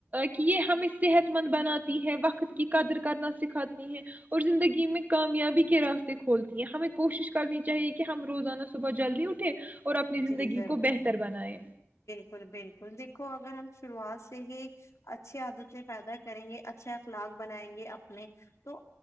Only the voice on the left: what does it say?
جی ضرور
بالکل بالکل دیکھو اگر ہم شروعات سے ہی اچھی آدت سے پائدا کریں گے اچھے اخلاق بنائیں گے اپنے تو